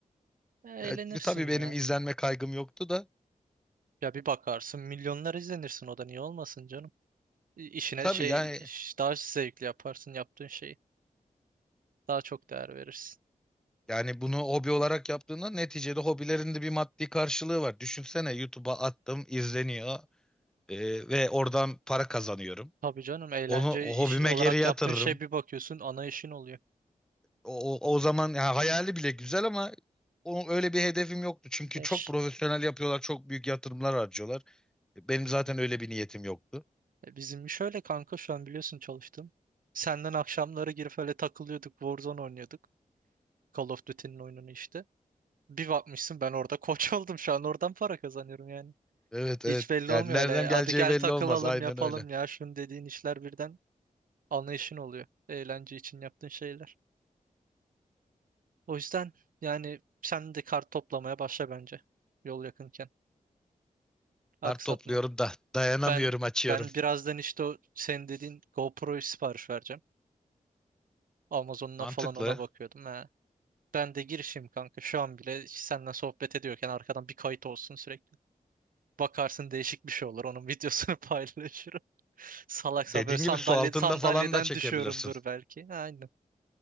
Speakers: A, on the right; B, in the centre.
A: E,
B: Ya,
A: Eğlenirsin
B: tabii benim
A: ya.
B: izlenme kaygım yoktu da.
A: Ya bir bakarsın milyonlar izlenirsin o da niye olmasın canım. İ- İşine
B: E, tabii
A: şey
B: yani
A: iş- daha zevkli yaparsın yaptığın şeyi. Daha çok değer verirsin.
B: Yani bunu hobi olarak yaptığında neticede hobilerinde bir maddi karşılığı var. Düşünsene YouTube'a attım, izleniyor e, ve oradan para kazanıyorum.
A: Tabii canım eğlence
B: Onu o
A: iş
B: hobime
A: olarak
B: geri yatırırım.
A: yaptığın şey bir bakıyorsun ana işin oluyor.
B: O, o, o zaman ya hayali bile güzel ama o, öyle bir hedefim yoktu. Çünkü
A: Eş.
B: çok profesyonel yapıyorlar, çok büyük yatırımlar harcıyorlar. E, Benim zaten öyle bir niyetim yoktu.
A: E, bizim iş öyle kanka şu an biliyorsun çalıştım. Senden akşamları girip öyle takılıyorduk Warzone oynuyorduk. Call of Duty'nin oyununu işte. Bir bakmışsın ben orada koç <laughs> oldum şu an oradan para kazanıyorum yani.
B: Evet
A: Hiç
B: evet.
A: belli
B: Yani
A: olmuyor
B: nereden
A: öyle. Hadi
B: geleceği
A: gel
B: belli
A: takılalım
B: olmaz. Aynen
A: yapalım
B: öyle.
A: ya. Şunu dediğin işler birden anlayışın oluyor. Eğlence için yaptığın şeyler. O yüzden yani sen de kart toplamaya başla bence. Yol yakınken. Aksatma.
B: Kart topluyorum da dayanamıyorum
A: Ben
B: açıyorum.
A: ben birazdan işte o senin dediğin GoPro'yu sipariş vereceğim. Amazon'dan
B: Mantıklı.
A: falan ona bakıyordum. He. Ben de girişim kanka. Şu an bile senden sohbet ediyorken arkadan bir kayıt olsun sürekli. Bakarsın değişik bir şey olur. Onun videosunu <laughs> paylaşırım. Salaksa
B: Dediğin
A: böyle sandalye,
B: gibi su altında
A: sandalyeden
B: falan da çekebilirsin.
A: düşüyorumdur belki. Aynen.